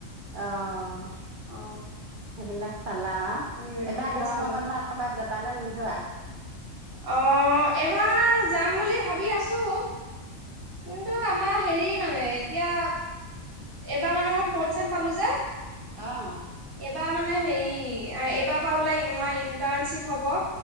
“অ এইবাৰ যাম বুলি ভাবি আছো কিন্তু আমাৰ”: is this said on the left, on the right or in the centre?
Right